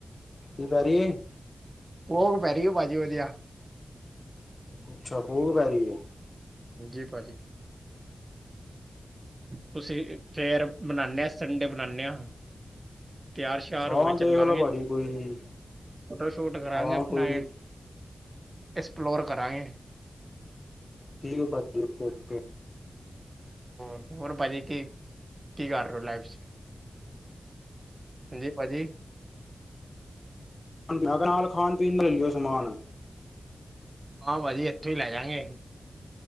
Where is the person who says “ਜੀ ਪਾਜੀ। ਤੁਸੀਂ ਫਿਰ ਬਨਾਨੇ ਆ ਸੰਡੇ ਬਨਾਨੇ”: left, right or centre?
Right